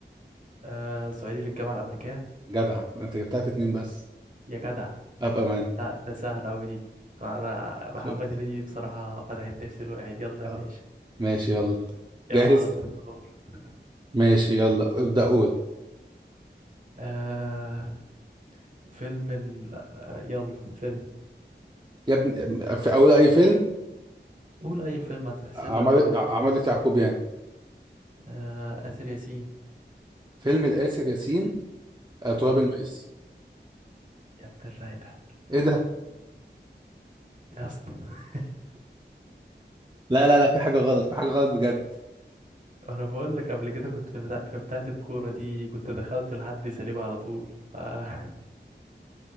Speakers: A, on the right; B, on the right.
A: آه صعيدي في الجامعة الأمريكية
B: جدع أنت جبتها في اتنين بس
A: يا جدع
B: أبقى مان
A: لا ده سهل أوي دي أنا أنا محمد
B: شفت
A: هنيدي دي بصراحة فتحت نفسي الواحد يلا يا
B: آه.
A: باشا
B: ماشي يلا
A: يلا
B: جاهز
A: على 200 دولار <laughs>
B: ماشي يلا ابدأ قول
A: آه فيلم ال آه يلا فيلم
B: يا ابني في أول أي فيلم
A: قول أي فيلم هتحسب
B: عمارة
A: لك كله
B: عمارة
A: بقى
B: يعقوبيان
A: آه آسر ياسين
B: فيلم الآسر ياسين آه تراب
A: مم.
B: الماس
A: يا ابن الرايقة
B: إيه ده؟
A: يا اسطى <laughs>
B: لا لا لا في حاجة غلط في حاجة غلط بجد
A: أنا بقول لك قبل كده كنت في بتاع في بتاعة الكورة دي كنت دخلت لحد سليبة على طول ف <laughs>